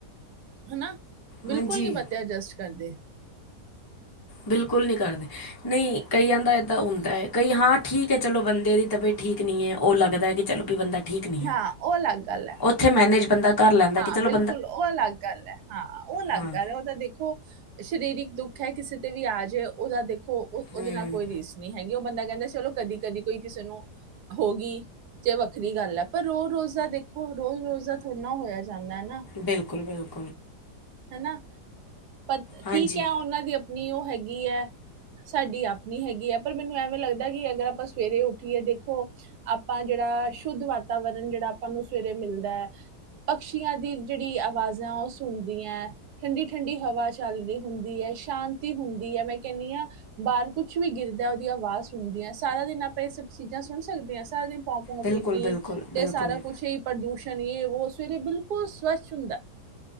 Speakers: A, on the right (about 75°); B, on the left (about 30°).
A: ਹਨਾ ਬਿਲਕੁਲ
B: ਹਾਂਜੀ
A: ਨੀ ਬੰਦੇ ਐਡਜਸਟ ਕਰਦੇ।
B: ਬਿਲਕੁਲ ਨਹੀਂ ਕਰਦੇ ਨਹੀਂ ਕਈਆਂ ਦਾ ਏਦਾਂ ਹੁੰਦਾ ਹੈ ਕਈ ਹਾਂ ਠੀਕ ਹੈ ਚਲੋ ਬੰਦੇ ਦੀ ਤਬੀ ਠੀਕ ਨੀ ਹੈ ਉਹ ਲੱਗਦਾ ਕਿ ਚਲੋ ਕਿ ਬੰਦਾ ਠੀਕ ਨਹੀਂ
A: ਹਾਂ
B: ਹੈ
A: ਉਹ ਅਲੱਗ ਗੱਲ ਹੈ
B: ਉਥੇ ਮੈਨੇਜ। ਬੰਦਾ ਕਰ ਲੈਂਦਾ
A: ਹਾਂ
B: ਚਲੋ
A: ਬਿਲਕੁਲ ਉਹ ਅਲੱਗ ਗੱਲ ਹੈ ਉਹ ਅਲੱਗ
B: ਹਾਂ
A: ਗੱਲ ਹੈ ਉਹ ਤਾਂ ਦੇਖੋ ਸ਼ਰੀਰਕ ਦੁੱਖ। ਹੈ ਕਿਸੇ ਤੇ ਵੀ ਆ ਜਾੇ ਉਹਦਾ ਦੇਖੋ ਉਹਦੇ
B: ਹੂੰ
A: ਨਾਲ ਕੋਈ ਰੀਸ ਨਹੀਂ ਹੈਗੀ। ਉਹ ਬੰਦਾ ਕਹਿੰਦਾ ਚਲੋ ਕਦੀ ਕਦੀ ਕੋਈ ਕਿਸੇ ਨੂੰ ਹੋ ਗਈ। ਜ ਵੱਖਰੀ ਗੱਲ ਹੈ ਪਰ ਰੋਜ਼ ਰੋਜ਼ ਦਾ ਦੇਖੋ ਰੋਜ਼ ਰੋਜ਼ ਦਾ ਥੋੜਾ ਨਾ ਹੋਇਆ। ਜਾਂਦਾ ਹੈ ਨਾ,
B: ਬਿਲਕੁਲ ਬਿਲਕੁਲ।
A: ਹਨਾ ਪ
B: ਹਾਂਜੀ
A: ਠੀਕ ਹੈ ਉਹਨਾਂ ਦੀ ਆਪਣੀ ਉਹ ਹੈਗੀ ਹੈ। ਸਾਡੀ ਆਪਣੀ ਹੈਗੀ ਹੈ ਪਰ ਮੈਨੂੰ ਐਵੇਂ ਲੱਗਦਾ ਕਿ ਅਗਰ ਆਪਾਂ ਸਵੇਰੇ ਉੱਠੀਏ ਦੇਖੋ ਆਪਾਂ ਜਿਹੜਾ ਸ਼ੁੱਧ ਵਾਤਾਵਰਨ ਜਿਹੜਾ ਆਪਾਂ ਨੂੰ ਸਵੇਰੇ ਮਿਲਦਾ ਹੈ। ਪਕਸ਼ੀਆਂ ਦੀ ਜਿਹੜੀ ਆਵਾਜਾਂ ਆ ਉਹ ਸੁਣਦੀਆਂ। ਠੰਡੀ ਠੰਡੀ ਹਵਾ ਚੱਲ ਰਹੀ ਹੁੰਦੀ ਹੈ ਸ਼ਾਂਤੀ ਹੁੰਦੀ ਹੈ ਮੈਂ ਕਹਿੰਦੀ ਹਾਂ ਬਾਹਰ ਕੁਛ। ਕੁਛ ਵੀ ਗਿਰਦਾ ਉਹਦੀ ਆਵਾਜ਼ ਸੁਣਦੀ ਹ ਸਾਰਾ ਦਿਨ ਆਪਾਂ ਇਹ ਸਭ ਚੀਜ਼ਾਂ ਸੁਣ ਸਕਦੇ ਹਾਂ ਸਾਰਾ ਦਿਨ। ਪੋਂ ਪੌ
B: ਬਿਲਕੁਲ
A: ਪੀ ਪੀ
B: ਬਿਲਕੁਲ ਬਿਲਕੁਲ
A: ਤੇ ਸਾਰਾ ਕੁਛ ਹੀ ਪ੍ਰਦੂਸ਼ਣ। ਉਹੋ ਸਵੇਰੇ ਬਿਲਕੁਲ ਸਵੱਛ ਹੁੰਦਾ।